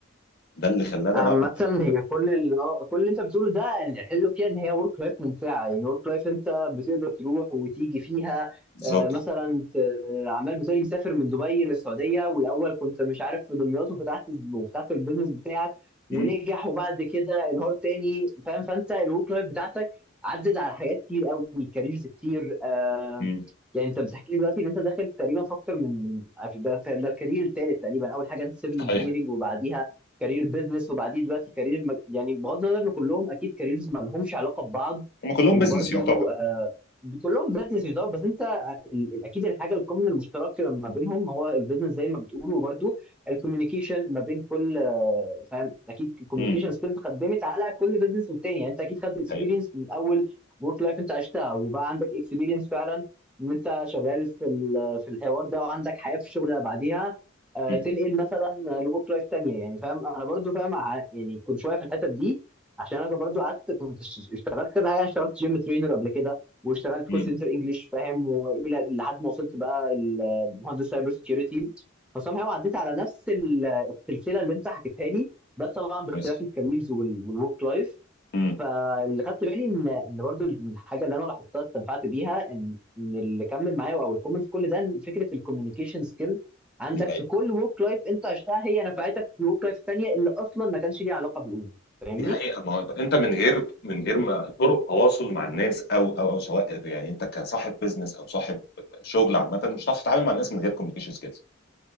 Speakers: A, on the left; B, in the centre.
A: ده اللي خلانا
B: عامة
A: بقى
B: هي كل اللي آه، كل اللي انت بتقوله ده الحلو فيها ان هي ورك لايف ممتعة يعني ورك لايف انت بتقدر تروح وتيجي فيها
A: بالظبط
B: آه، مثلا ت- عمال بتقولي مسافر من دبي للسعودية والاول كنت مش عارف في دمياط وفتحت وفتحت البيزنس بتاعك
A: مم.
B: ونجح وبعد كده انهار تاني فاهم فانت الورك لايف بتاعتك عدد على حاجات كتير قوي كاريرز كتير آه،
A: مم.
B: يعني انت بتحكي لي دلوقتي ان انت داخل تقريبا في اكتر من من- ده ده الكارير التالت تقريبا اول حاجه انت سيفل
A: صحيح
B: انجينيرنج وبعديها كارير بيزنس وبعدين دلوقتي كارير م... يعني بغض النظر ان كلهم اكيد كاريرز ما لهمش علاقه ببعض
A: هم كلهم
B: وبرده
A: بيزنس يعتبر
B: آه كلهم بيزنس يعتبر بس انت آه، ال- ال- اكيد الحاجه الكومن المشترك ما بينهم هو البيزنس زي ما بتقول وبرده الكوميونيكيشن ما بين كل آه فاهم اكيد الكوميونيكيشن
A: امم
B: سكيلز خدمت على كل بيزنس والتاني يعني انت اكيد خدت اكسبيرينس
A: حقيقة.
B: من اول ورك لايف انت عشتها وبقى عندك اكسبيرينس فعلا ان انت شغال في ال- في الحوار ده وعندك حياه في الشغل بعديها آه،
A: امم
B: تنقل مثلا لوك لايف تانية يعني فاهم انا برضو فاهم ع- يعني كنت شويه في الحتت دي عشان انا برضو قعدت كنت ش- اشتغلت كده حاجه اشتغلت جيم ترينر قبل كده واشتغلت كول
A: امم
B: سنتر انجلش فاهم والى لحد ما وصلت بقى المهندس سايبر سكيورتي فصام هو عديت على نفس ال- السلسله اللي انت حكيتها لي بس طبعا باختلاف
A: بس.
B: الكاريرز والورك لايف
A: مم.
B: فاللي خدت بالي ان ان برضو من الحاجه اللي انا لاحظتها استنفعت بيها ان ان اللي كمل معايا او الكومنت في كل ده إن فكره الكوميونيكيشن سكيل عندك
A: دي
B: في كل ورك لايف انت عشتها هي نفعتك في الورك لايف الثانيه اللي اصلا ما كانش ليها علاقه بالاولى فاهمني؟
A: دي حقيقة ما هو انت من غير من غير ما طرق تواصل مع الناس او او او سواء يعني انت كصاحب بيزنس او صاحب شغل عامة مش هتعرف تتعامل مع الناس من غير كوميونيكيشن سكيلز